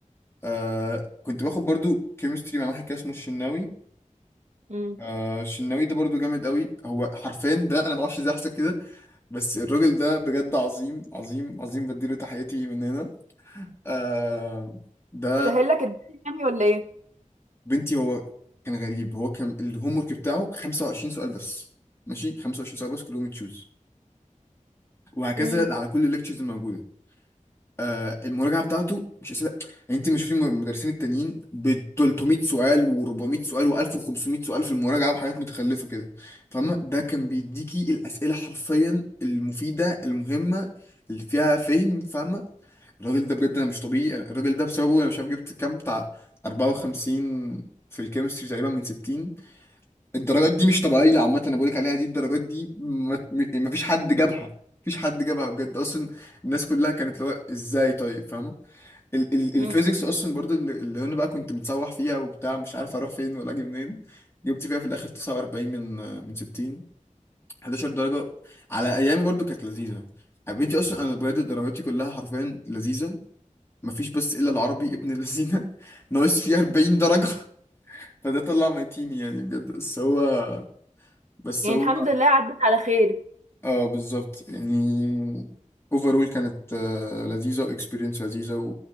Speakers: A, on the left (about 20°); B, on the right (about 65°).
A: آه كنت باخد برضو كيمستري مع واحد كده اسمه الشناوي
B: امم
A: آه الشناوي ده برضو جامد قوي هو حرفيا ده انا ما اعرفش ازاي احسب كده بس الراجل ده بجد عظيم عظيم عظيم بديله تحياتي من هنا آه ده
B: سهل لك الدنيا يعني ولا ايه
A: بنتي هو كان غريب هو كان الهوم ورك بتاعه 25 سؤال بس ماشي 25 سؤال بس كلهم تشوز وهكذا
B: امم
A: على كل الليكتشرز الموجوده آه المراجعه بتاعته مش اسئله يعني انت مش شفتي المدرسين التانيين ب 300 سؤال و400 سؤال و1500 سؤال في المراجعه وحاجات متخلفه كده فاهمه ده كان بيديكي الاسئله حرفيا المفيده المهمه اللي فيها فهم فاهمه الراجل ده بجد انا مش طبيعي الراجل ده بسببه انا مش عارف جبت كام بتاع 54 في الكيمستري تقريبا من 60 الدرجات دي مش طبيعيه عامه انا بقولك عليها دي الدرجات دي ما ما فيش حد جابها مفيش حد جابها بجد اصلا الناس كلها كانت اللي هو ازاي طيب فاهمه ال ال الفيزيكس
B: امم امم.
A: اصلا برضو اللي اللي انا بقى كنت متسوح فيها وبتاع مش عارف اروح فين ولا اجي منين جبت فيها في الاخر 49 من من 60 11 درجه على ايامي برضو كانت لذيذه يا بنتي اصلا انا بجد درجاتي كلها حرفيا لذيذه مفيش بس الا العربي ابن الذين <laughs> ناقص فيه 40 درجة <laughs> فده طلع ميتيني يعني بجد بس هو بس
B: يعني
A: هو
B: الحمد لله عدت على خير
A: اه بالظبط يعني اوفرول كانت آه، لذيذة واكسبيرينس لذيذة